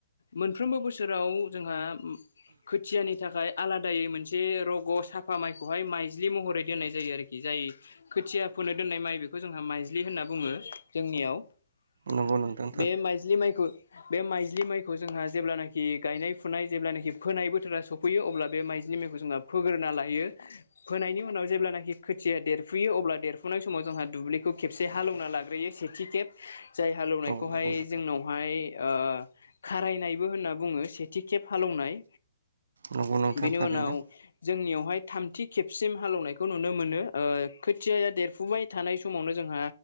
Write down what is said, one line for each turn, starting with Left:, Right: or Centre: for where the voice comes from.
Left: मोनफ्रोमबो बोसोराव जोंहा खोथियानि थाखाय आलादायै मोनसे रग' साफा माइखौहाय माइज्लि महरै दोननाय जायो आरोखि । जाय खोथिया फोनो दोननाय माइ बेखौ जोंहा माइज्लि होनना बुङो जोंनियाव ।
Right: नंगौ नोंथां ।
Left: बे माइज्लि माइखौ बे माइज्लि माइखौ जोंहा जेब्लानोखि गायनाय फुनाय जेब्लानोखि फोनाय बो थोरा सफैयो अब्ला बे माइलिनि मायखौ जोंना फोग्रोना लायो फोनायनि उनाव जेब्लानाखि खोथिया देरफुयो अब्ला देरफुनाय समाव जोंहा दुब्लिखौ खेबसे हालौवना लाग्रोयो सेथि खेब जायहा हालौनायखौहाय
Right: औ नंगौ नोंथां
Left: जोंनावहाय ओ खारायनायबो होनना बुङो सेथि खेब हालेवनाय।
Right: नंगौ नोंथां
Left: बेनि
Right: थारैनो
Left: उनाव जोंनियावहाय थामथि खेबसिम हालेवनायखौ नुनो मोनो खोथिया देरफुबाय थानाय समावनो जोंहा